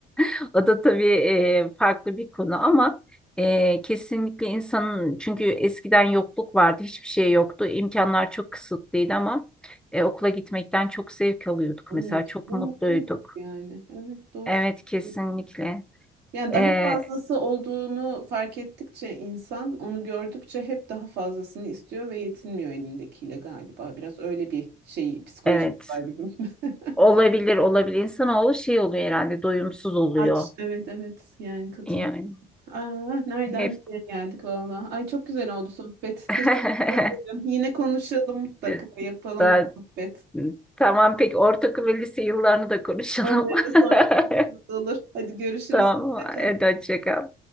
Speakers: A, in the centre; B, on the right.
A: <laughs> O da tabii e, farklı bir konu ama e, kesinlikle insanın çünkü eskiden yokluk vardı, hiçbir şey yoktu. İmkanlar çok kısıtlıydı ama e, okula gitmekten çok zevk alıyorduk
B: Onun
A: mesela,
B: için
A: çok
B: de
A: mutluyduk.
B: mutluyduk yani. Evet doğru
A: Evet kesinlikle.
B: söylüyorum. Yani daha
A: Ee,
B: fazlası olduğunu fark ettikçe insan onu gördükçe hep daha fazlasını istiyor ve yetinmiyor elindekiyle galiba. Biraz öyle bir şey psikolojik
A: evet.
B: var bizim. <laughs>
A: Olabilir olabilir. İnsanoğlu şey oluyor herhalde doyumsuz oluyor.
B: Aç. Evet evet yani katılıyorum.
A: Yani
B: Aa, nereden
A: hep
B: nereye geldik valla. Ay çok güzel oldu sohbet.
A: <laughs>
B: Teşekkür ederim. Yine konuşalım mutlaka
A: Evet,
B: yapalım
A: daha...
B: bir sohbet.
A: Tamam peki ortaokul ve lise yıllarını da konuşalım.
B: Onları da sonra
A: <laughs>
B: konuşuruz olur. Hadi görüşürüz
A: Tamam
B: mutlaka.
A: hadi hoşça kal.